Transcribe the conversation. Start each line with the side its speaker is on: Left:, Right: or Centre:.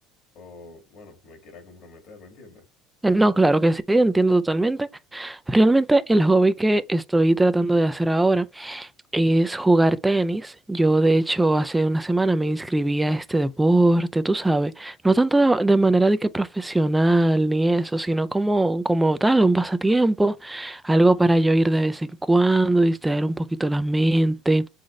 Left: o bueno, me quiera comprometer, ¿me entiendes?
Centre: No, claro que sí, entiendo totalmente. Realmente el hobby que estoy tratando de hacer ahora. es jugar tenis. Yo, de hecho, hace una semana me inscribí a este deporte, tú sabes, no
Left: Sí,
Centre: tanto
Left: sí,
Centre: de, de manera de que profesional ni eso, sino como, como tal, un pasatiempo, algo para yo ir de vez en cuando, distraer un poquito la mente,